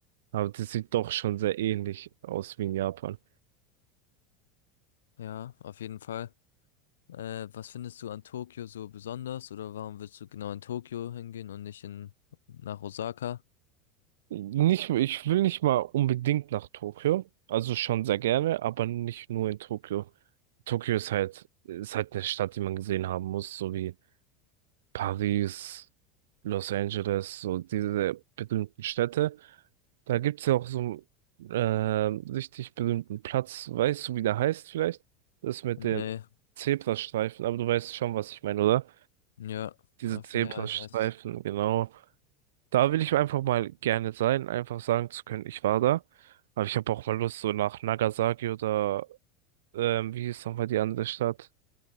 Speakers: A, on the right; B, on the left.
A: aber das sieht doch schon sehr ähnlich aus wie in Japan.
B: Ja, auf jeden Fall. Äh, was findest du an Tokio so besonders? Oder warum willst du genau in Tokio hingehen und nicht in, nach Osaka?
A: Nicht, ich will nicht mal unbedingt nach Tokio. Also schon sehr gerne, aber nicht nur in Tokio. Tokio ist halt, ist halt eine Stadt, die man gesehen haben muss, so wie Paris, Los Angeles, so diese berühmten Städte. Da gibt's ja auch so einen äh, richtig berühmten Platz. Weißt du, wie der heißt vielleicht? Das mit
B: Nee.
A: den Zebrastreifen, aber du weißt schon, was ich meine, oder?
B: Ja,
A: Diese
B: auf,
A: Zebrastreifen,
B: ja, ich weiß.
A: genau. Da will ich einfach mal gerne sein, einfach sagen zu können, ich war da. Aber ich habe auch mal Lust, so nach Nagasaki oder ähm, wie hieß nochmal die andere Stadt?